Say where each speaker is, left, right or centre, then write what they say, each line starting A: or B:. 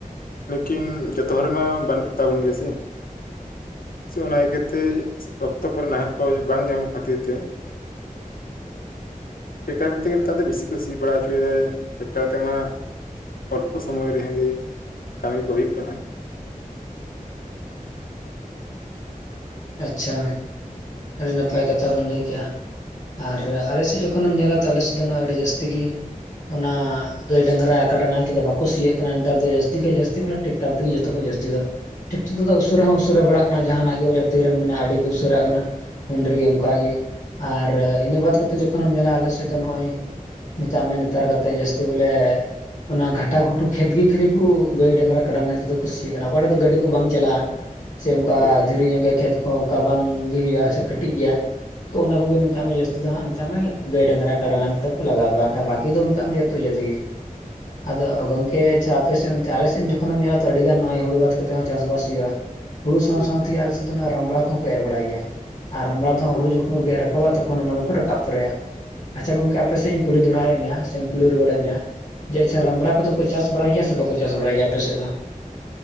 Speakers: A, on the left; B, on the left.
A: ᱞᱮᱠᱤᱱ ᱡᱚᱛᱚ ᱦᱚᱲ ᱨᱮᱱ ᱢᱟ ᱵᱟᱹᱱᱩᱜ ᱠᱚᱛᱟᱵᱚᱱ ᱜᱮᱭᱟ ᱥᱮ᱾ ᱥᱮ ᱚᱱᱟ ᱤᱭᱟᱹᱟᱹᱛᱮ ᱚᱠᱛᱚ ᱠᱚᱨᱮ ᱱᱟᱦᱮᱞ ᱠᱚ ᱵᱟᱝ ᱧᱟᱢᱚᱜ ᱠᱷᱟᱹᱛᱤᱨ ᱛᱮ᱾ ᱴᱮᱠᱴᱟᱨ ᱠᱚᱨᱛᱮᱜᱮ ᱱᱮᱛᱟᱨ ᱫᱚ ᱵᱮᱥᱤ ᱠᱚ ᱠᱩ ᱥᱤ ᱵᱟᱲᱟ ᱦᱚᱪᱚᱭᱮᱫᱟ ᱴᱮᱠᱴᱟᱨ ᱛᱮᱢᱟ᱾ ᱚᱞᱯᱚ ᱥᱚᱢᱚᱭ ᱨᱮᱦᱚᱸ ᱜᱮ ᱠᱟᱹᱢᱤ ᱠᱚ ᱦᱩᱭᱩᱜ ᱠᱟᱱᱟ᱾
B: ᱟᱪᱪᱷᱟ ᱟᱹᱰᱤ ᱱᱟᱯᱟᱭ ᱠᱟᱛᱷᱟ ᱵᱮᱱ ᱞᱟᱹᱭ ᱠᱮᱫ ᱟ᱾ ᱟᱨ ᱟᱞᱮ ᱥᱮᱫ ᱡᱚᱠᱷᱚᱱ ᱮᱢ ᱧᱮᱞᱟ ᱛᱚ ᱟᱞᱮ ᱥᱮᱫ ᱫᱚ ᱟᱹᱰᱤ ᱡᱟᱹᱥᱛᱤ ᱜᱮ᱾ ᱚᱱᱟ ᱜᱟᱹᱭ ᱰᱟᱝᱨᱟ ᱠᱟᱰᱟ ᱱᱟᱮᱞ ᱛᱮᱫᱚ ᱵᱟᱠᱚ ᱥᱤᱭᱟᱹᱜ ᱠᱟᱱᱟ ᱱᱮᱛᱟᱨ ᱫᱚ ᱡᱟᱹᱥᱛᱤ ᱠᱷᱚᱱ ᱡᱟᱹᱥᱛᱤ ᱵᱚᱞᱮ᱾ ᱴᱟᱠᱴᱟᱨ ᱛᱮᱜᱮ ᱡᱚᱛᱚ ᱠᱷᱚᱱ ᱡᱟᱹᱥᱛᱤ ᱫᱚ ᱴᱨᱟᱠᱴᱚᱨᱝ ᱛᱮᱫᱚ
A: ᱦᱳᱭ
B: ᱩᱥᱟᱹᱨᱟ ᱦᱚᱸ ᱩᱥᱟᱹᱨᱟ ᱵᱟᱲᱟᱜ ᱠᱟᱱᱟ ᱡᱟᱦᱟᱱᱟᱜ ᱜᱮ ᱵᱚᱞᱮ᱾ ᱛᱤᱨ ᱨᱮᱢ ᱢᱮᱱᱟ ᱟᱹᱰᱤ ᱜᱮᱢ ᱩᱥᱟᱹᱨᱟᱜ ᱠᱟᱱᱟ᱾ ᱩᱱ ᱨᱮᱜᱮ ᱚᱱᱠᱟᱜᱮ ᱟᱨ ᱤᱱᱟᱹ ᱵᱟᱫᱽ ᱠᱟᱛᱮᱫ ᱡᱚᱠᱷᱚᱱᱮᱢ ᱧᱮᱞᱟ ᱟᱞᱮᱥᱮᱫ ᱫᱚ ᱱᱚᱜᱼᱚᱭ᱾ ᱱᱮᱛᱟᱜ ᱢᱟ ᱱᱮᱛᱟᱨ ᱠᱟᱛᱮᱫ ᱡᱟᱹᱥᱛᱤ ᱵᱚᱞᱮ᱾ ᱚᱱᱟ ᱜᱷᱟᱴᱟ ᱜᱷᱩᱴᱩ ᱠᱷᱮᱛ ᱜᱮ ᱠᱷᱟᱹᱞᱤ ᱠᱚ ᱜᱟᱹᱭ ᱰᱟᱝᱨᱟ ᱠᱟᱰᱟ ᱱᱟᱦᱮᱞ ᱛᱮᱫᱚ ᱠᱩ ᱥᱤᱭᱟᱜ ᱠᱟᱱᱟ ᱚᱠᱟᱴᱷᱮᱱ ᱫᱚ ᱜᱟᱹᱰᱤ ᱠᱚ ᱵᱟᱝ ᱪᱟᱞᱟᱜᱼᱟ᱾ ᱥᱮ ᱚᱱᱠᱟ
A: ᱦᱳᱭ
B: ᱫᱷᱤᱨᱤ ᱧᱚᱜ ᱜᱮᱭᱟ ᱠᱷᱮᱛ ᱠᱚᱦᱚᱸ ᱚᱱᱠᱟ ᱵᱟᱝ ᱜᱮ ᱦᱩᱭᱩᱜᱼᱟ ᱥᱮ ᱠᱟᱹᱴᱤᱡ ᱜᱮᱭᱟ᱾ ᱛᱚ ᱚᱱᱟ ᱠᱚᱜᱮ
A: ᱦᱳᱭ
B: ᱢᱮᱛᱟᱜ ᱢᱮ ᱡᱟᱹᱥᱛᱤ ᱫᱚ ᱦᱟᱸᱜ ᱢᱮᱛᱟᱜ ᱢᱮ ᱜᱟᱹᱭ ᱰᱟᱝᱨᱟ ᱠᱟᱰᱟᱝ ᱛᱮᱠᱚ ᱞᱟᱜᱟᱣ ᱮᱫᱟ ᱟᱨ ᱵᱟᱠᱷᱟᱱ ᱵᱟᱹᱠᱤ ᱫᱚ ᱢᱮᱛᱟᱜ ᱢᱮ ᱡᱚᱛᱚ᱾ <unintelligible> ᱟᱫᱚ ᱜᱚᱝᱠᱮ ᱟᱪᱷᱟ ᱟᱯᱮᱥᱮᱫ ᱚᱱᱛᱮ ᱟᱞᱮ ᱥᱮᱫ ᱡᱚᱠᱷᱚᱱᱮᱢ ᱧᱮᱞᱟ ᱛᱚ ᱟᱹᱰᱤ ᱜᱟᱱ ᱱᱚᱜᱼᱚᱭ ᱦᱩᱲᱩ ᱵᱟᱫ ᱠᱟᱛᱮ ᱦᱚᱸ ᱟᱹᱰᱤ ᱜᱟᱱ ᱪᱟᱥᱵᱟᱥ ᱦᱩᱭᱩᱜᱼᱟ᱾ ᱦᱩᱲᱩ ᱥᱟᱶ
A: ᱦᱳᱭ
B: ᱥᱟᱶᱛᱮᱜᱮ ᱟᱞᱮ ᱥᱮᱫ ᱫᱚ ᱨᱟᱢᱲᱟ ᱠᱚᱦᱚᱸ ᱠᱚ ᱮᱨ ᱵᱟᱲᱟᱭ ᱜᱮᱭᱟ ᱟᱨ ᱨᱟᱢᱲᱟ ᱫᱚ
A: ᱦᱳᱭ
B: ᱦᱩᱲᱩ ᱡᱚᱠᱷᱚᱱ᱾ ᱜᱮᱫ ᱨᱟᱠᱟᱵᱟ ᱛᱚᱠᱷᱚᱱ ᱚᱱᱟ ᱫᱚᱠᱚ ᱨᱟᱠᱟᱵ ᱛᱚᱨᱟᱭᱟ᱾ ᱟᱪᱪᱷᱟ ᱜᱚᱢᱠᱮ ᱟᱯᱮᱥᱮᱫ ᱤᱧ ᱠᱩᱞᱤ ᱫᱚᱦᱟᱣᱮᱫ ᱢᱮᱭᱟᱥᱮᱧ ᱠᱩᱞᱤ ᱨᱩᱣᱟᱹᱲᱮᱫ ᱢᱮᱭᱟ? ᱡᱮ ᱟᱪᱪᱷᱟ
A: ᱦᱳᱭ
B: ᱨᱟᱢᱲᱟ ᱠᱚᱫᱚ ᱠᱚ ᱪᱟᱥ ᱵᱟᱲᱟᱭ ᱜᱮᱭᱟ ᱥᱮ ᱵᱟᱠᱚ ᱪᱟᱥ ᱵᱟᱲᱟᱭ ᱜᱮᱭᱟ ᱟᱯᱮᱥᱮᱫ ᱫᱚ?